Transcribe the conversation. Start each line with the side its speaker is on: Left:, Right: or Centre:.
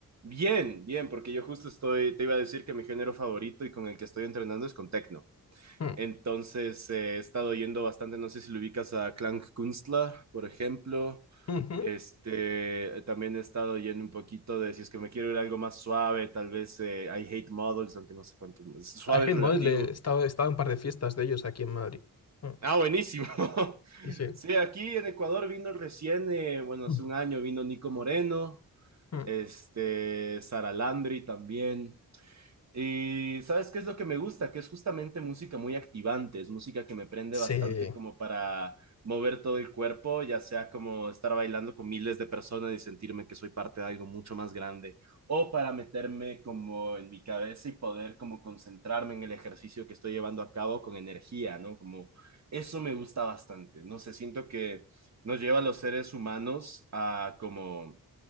Right: Bien, bien, porque yo justo estoy, te iba a decir que mi género favorito y con el que estoy entrenando es con techno.
Left: Hmm.
Right: Entonces eh, he estado yendo bastante, no sé si lo ubicas a Klangkünstler, por ejemplo.
Left: Ujú.
Right: Este, también he estado yendo un poquito de, si es que me quiero ir a algo más suave, tal vez eh, I Hate Models, aunque no sé cuánto, suave
Left: A Hate
Right: es relativo.
Left: Mosley, he estado, he estado en un par de fiestas de ellos aquí en Madrid. Hmm.
Right: Ah, buenísimo. <laughs>
Left: Sí.
Right: Sí, aquí en Ecuador vino recién, eh, bueno, hace
Left: Mm.
Right: un año vino Nico Moreno,
Left: Mm.
Right: este, Sara Landry también. Y sabes qué es lo que me gusta, que es justamente música muy activante, es música que me prende
Left: Sí,
Right: bastante como para mover todo el cuerpo, ya sea como estar bailando con miles de personas y sentirme que soy parte de algo mucho más grande, o para meterme como en mi cabeza y poder como concentrarme en el ejercicio que estoy llevando a cabo con energía, ¿no? Como eso me gusta bastante, no sé, siento que nos lleva a los seres humanos a como